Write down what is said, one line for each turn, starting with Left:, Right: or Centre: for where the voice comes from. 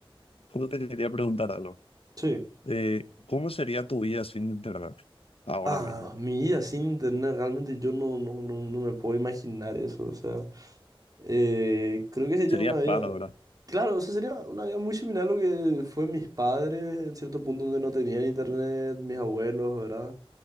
Left: te quería preguntar algo.
Right: Sí.
Left: Eh, ¿cómo sería tu vida sin Internet ahora
Right: Ah,
Left: mismo?
Right: mi vida sin internet, realmente yo no, no, no, no me puedo imaginar eso, o sea, eh, creo que sería
Left: Sería
Right: una vida
Left: raro, ¿verdad?
Right: Claro, eso sería una vida muy similar a lo que fue mis padres en cierto punto donde no tenían internet, mis abuelos, ¿verdad?